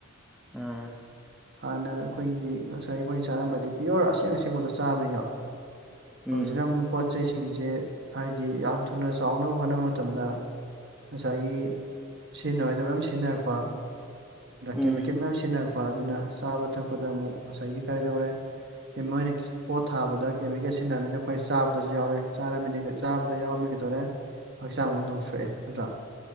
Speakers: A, in the centre; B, on the right (about 55°).
A: ꯎꯝ
B: ꯍꯥꯟꯅ ꯑꯩꯈꯣꯏꯒꯤꯗꯤ ꯉꯁꯥꯏ ꯑꯩꯈꯣꯏꯅ ꯆꯥꯔꯝꯕꯗꯤ ꯄꯤꯌꯣꯔ ꯑꯁꯦꯡ ꯑꯁꯦꯡꯕꯗꯣ ꯆꯥꯕꯅꯤꯗꯣ ꯍꯧꯖꯤꯛꯅ
A: ꯎꯝ
B: ꯑꯃꯨꯛ ꯄꯣꯠ ꯆꯩꯁꯤꯡꯁꯦ ꯍꯥꯏꯗꯤ ꯌꯥꯝ ꯊꯨꯅ ꯆꯥꯎꯅꯕ ꯍꯣꯠꯅꯕ ꯃꯇꯝꯗ ꯉꯁꯥꯏꯒꯤ ꯁꯤꯖꯤꯟꯅꯔꯣꯏꯗꯕ ꯃꯌꯥꯝ ꯁꯤꯖꯤꯟꯅꯔꯛꯄ
A: ꯎꯝ
B: ꯀꯦꯃꯤꯀꯦꯜ ꯃꯌꯥꯝ ꯁꯤꯖꯤꯟꯅꯔꯛꯄ ꯑꯗꯨꯅ ꯆꯥꯕ ꯊꯛꯄꯗ ꯑꯃꯨꯛ ꯉꯁꯥꯏꯒꯤ ꯀꯔꯤꯗꯧꯔꯦ ꯃꯣꯏꯅ ꯄꯣꯠ ꯊꯥꯕꯗ ꯀꯦꯃꯤꯀꯦꯜ ꯁꯤꯖꯤꯟꯅꯔꯝꯃꯤꯅ ꯑꯩꯈꯣꯏ ꯆꯥꯕꯗꯁꯨ ꯌꯥꯎꯔꯦ ꯆꯥꯔꯝꯃꯤꯅ ꯆꯥꯕꯗ ꯌꯥꯎꯔꯝꯃꯦ ꯀꯩꯗꯧꯔꯦ ꯍꯛꯆꯥꯡ ꯑꯃꯗꯧ ꯁꯣꯛꯑꯦ ꯅꯠꯇ꯭ꯔꯥ